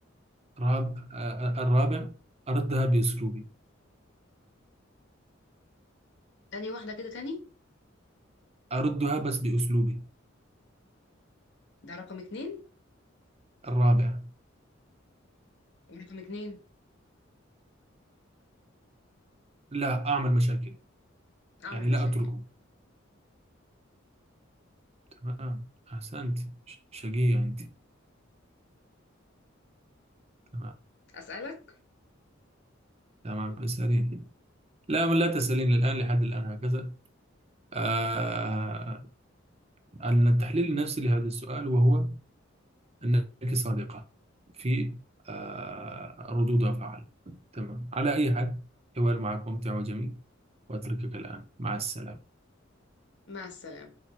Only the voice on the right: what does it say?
راب آه، الرابع أردها بأسلوبي
أردها بس بأسلوبي
الرابع
لا أعمل مشاكل
يعني لا
أتركه تمام أحسنت ش- شقية أنت تمام
تمام اسألين لا لا تسألين الآن لحد الآن هكذا آه أن التحليل النفسي لهذا السؤال وهو أنك صادقة في آه ردود أفعال تمام على أي حال حوار معك ممتع وجميل وأتركك الآن مع السلامة